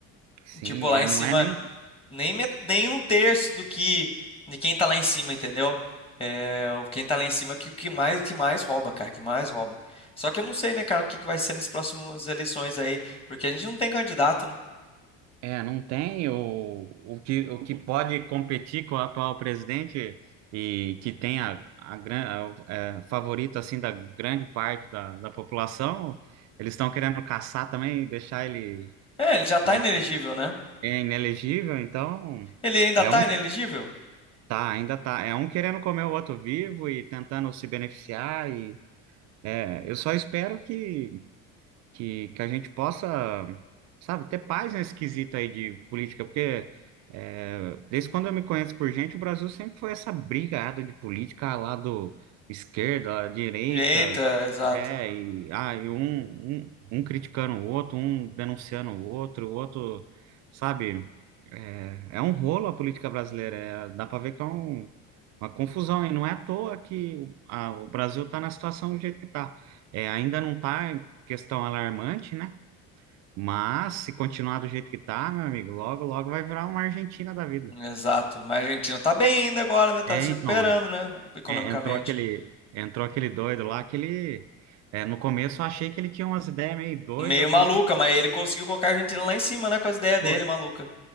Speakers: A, on the right (about 55°); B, on the left (about 15°).
A: sim,
B: Tipo, lá
A: é,
B: em
A: não
B: cima.
A: é nem.
B: Nem, met- nem um terço do que de quem tá lá em cima, entendeu? É, o- quem tá lá em cima é que, que mais que mais rouba, cara, que mais rouba. Só que eu não sei, né, cara, o que, que vai ser nas próximas eleições aí, porque a gente não tem candidato, né?
A: É, não tem o, o que, o que pode competir com o atual presidente e que tem a, a, gran- a- é, favorito assim da grande parte da, da população, eles estão querendo caçar também e deixar ele
B: É, ele já tá
A: in-
B: inelegível, né?
A: é inelegível, então
B: Ele ainda
A: é
B: tá
A: um
B: inelegível?
A: tá, ainda tá, é um querendo comer o outro vivo e tentando se beneficiar e é, eu só espero que que, que a gente possa, sabe, ter paz nesse quesito aí de política, porque é, desde quando eu me conheço por gente, o Brasil sempre foi essa brigada de política ah, lá do esquerda, lá direita,
B: Eita, exato.
A: é, e, ah, e um, um, um criticando o outro, um denunciando o outro, o outro, sabe, é, é um rolo a política brasileira, é, dá para ver que é um uma confusão, e não é à toa que o, a- o Brasil está na situação do jeito que está. ainda não está em questão alarmante, né? Mas se continuar do jeito que está, meu amigo, logo, logo vai virar uma Argentina da vida.
B: Exato. Mas a Argentina tá bem ainda agora, né? Tá
A: É,
B: se recuperando,
A: então, é-
B: né? Economicamente.
A: é, entrou aquele, entrou aquele doido lá, aquele. é, no começo eu achei que ele tinha umas ideias meio doidas.
B: Meio
A: Eu
B: maluca,
A: falei, "Não,
B: mas ele conseguiu colocar a Argentina lá em cima, né? Com as ideias
A: pô,
B: dele, maluca.